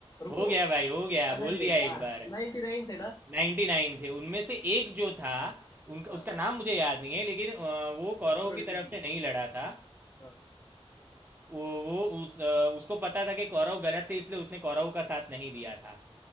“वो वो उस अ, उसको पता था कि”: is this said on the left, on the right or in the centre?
Right